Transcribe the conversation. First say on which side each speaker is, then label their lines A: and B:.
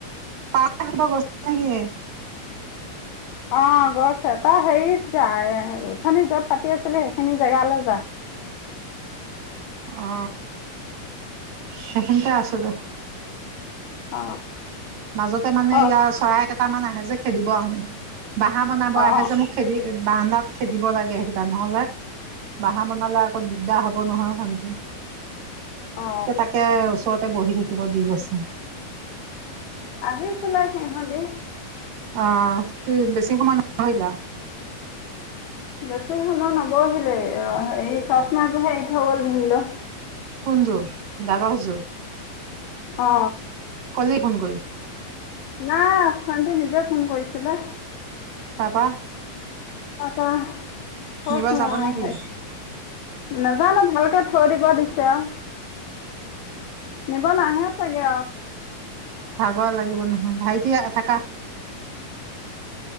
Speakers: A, on the right; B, on the left.
A: পাত আনিব গৈছা নেকি।
B: অ গছ তই হেৰিত যা এ ৰথনী যত পাতি আছিলো সেইখিনি জেগালৈ যা।
A: অ সেইখিনতে আছো দে।
B: অ।
A: মাজতে মানে ইয়াৰ
B: অ
A: চৰাই কেইটামান আহে যে খেদিব বাঁহা বনাব আহে
B: অ
A: যে মোক। খেদি বান্দাত খেদিব লাগে সেইকেইটা নহলে বাহা বনালে আকৌ দিগদাৰ হ'ব। নহ শান্তি
B: অ
A: তাকে ওচৰতে বহি থাকিব দি গৈছে।
B: আহিছিলা সিহঁতি।
A: অ কি বেছি সময় নপহিলা।
B: বেছি সময় নবহিলে এই চচ মাছহে এৰি থৈ গল ভন্দ।
A: কোন যোগ? দ্বাগশ যোগ।
B: অ।
A: ক'লে ফন কৰি।
B: নাই শানন্তি নিজে ফোন কৰিছিলে
A: তাপা।
B: আটা কচ
A: নিব
B: ম
A: যাব
B: আহ
A: নেকি?
B: নাজানো ভালকে থৈ দিব দিছে আৰু নিব নাহে চাগে আৰু
A: ভাব লাগিব নহয় ভাইটি থকা